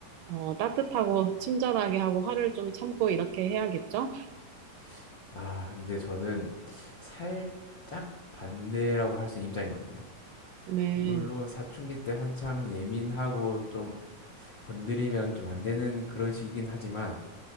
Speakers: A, on the right; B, on the left.
A: 어, 따뜻하고 친절하게 하고 화를 좀 참고 이렇게 해야겠죠?
B: <laughs> 아 근데 저는 살짝 반대라고 할 수 있는 입장이거든요.
A: 네,
B: 물론 사춘기 때 한창 예민하고 좀 건드리면 좀 안 되는 그런 시기긴 하지만